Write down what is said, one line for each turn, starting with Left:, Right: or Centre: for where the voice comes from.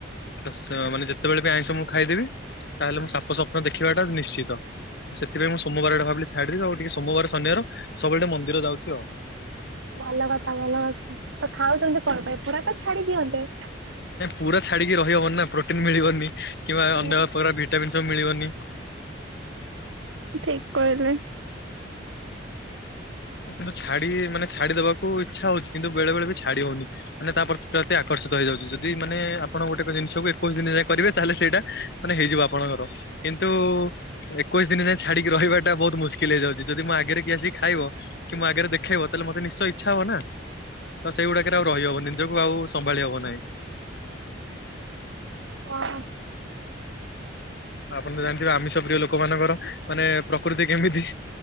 Left: ତ ମାନେ ଯେତେବେଳେ ବି ଆଇଷ ମୁଁ ଖାଇଦେବି ତାହେଲେ ମୁଁ ସାପ ସପ୍ନ ଦେଖିବା ଟା ନିଶ୍ଚିତ। ସେଥିପାଇଁ ସୋମବାରଟା ଭାବିଲି ଛାଡ଼ିଦେବି ଆଉ ଟିକେ ସୋମବାର ସନିବାର ସବୁବେଳେ ମନ୍ଦିର ଯାଉଛି ଆଉ।
Right: ଭଲ କଥା ଭଲ କଥା ତ ଖାଉଛନ୍ତି କଣ ପାଇଁ ପୁରା ତ ଛାଡି ଦିଅନ୍ତେ।
Left: ପୁରା ଛାଡିକି ରହିହବନି ନା ପ୍ରୋଟିନ୍ ମିଳିବନି କିମ୍ବା
Right: ହଁ
Left: ଅନ୍ୟ ପ୍ରକାର ଭି <unintelligible> ସବୁ ମିଳିବନି।
Right: ଠିକ କହିଲେ।
Left: କିନ୍ତୁ ଛାଡି ମାନେ ଛାଡିଦେବାକୁ ଇଚ୍ଛା ହଉଛି କିନ୍ତୁ ବେଳେ ବେଳେ ବି ଛାଡି ହଉନି। ମାନେ ତା ପ୍ରତି ପ୍ରତି ଆକର୍ଷିତ ହେଇଯାଉଛି ଯଦି ମାନେ ଆପଣ ଗୋଟେ ଜିନିଷକୁ ଏକୋଇଶ ଦିନ ଯାଏ କରିବେ ତାହେଲେ ସେଇଟା ମାନେ ହେଇଯିବ ଆପଣଙ୍କର। କିନ୍ତୁ ଏକୋଇଶି ଦିନ ଯାଏଁ ଛାଡିକି ରହିବା ଟା ବହୁତ ମୁସ୍କିଲ ହେଇଯାଉଛି ଯଦି ମୁଁ ଆଗରେ କିଏ ଆସିକି ଖାଇବ କି ମୋ ଆଗରେ ଦେଖେଇବ ତାହେଲେ ମତେ ନିଶ୍ଚୟ ଇଚ୍ଛା ହବ ନା। ତ ସେଇଗୁଡାକରେ ଆଉ ରହିହବ ନି ନିଜକୁ ଆଉ ସମ୍ଭାଳି ହବ ନାହିଁ।
Right: ହଁ।
Left: ଆପଣ ତ ଜାଣିଥିବେ ଆମିଷ ପ୍ରିୟ ଲୋକ ମାନଙ୍କର ମାନେ ପ୍ରକୃତି କେମିତି।